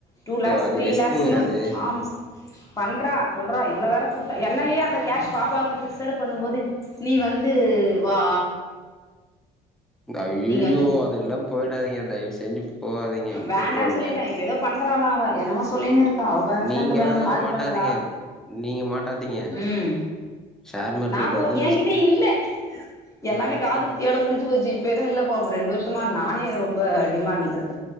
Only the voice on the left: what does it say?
டூ லேக்ஸ்
த்ரீ
லைக்ஸுனு
ஆமா பண்றா சொல்றா இவள வேற கூப்ட்டா என்னயே அந்த கேஷ் பாப்பாவ்க்கு ஃபிக்ஸட் பண்ணும் போது நீ வந்து வா
நீங்க
வேண்டான்
சொல்லிட்ட இப்ப ஏதோ பண்றாலா அவ என்னமோ சொல்லின் இருக் கா அவ பாய் ஃப்ரெண்டு
பயங்கரமா
அது
பண்றா
ம்
நா போ
ஏங்கிட்ட இல்ல எல்லாமே
காது குத்தியோட முடிஞ்சு போச்சு இப்ப எது இல்லப்பா இப்ப ரெண்டு வர்ஷமா நானே ரொம்ப டிமாண்ட்ல இருக்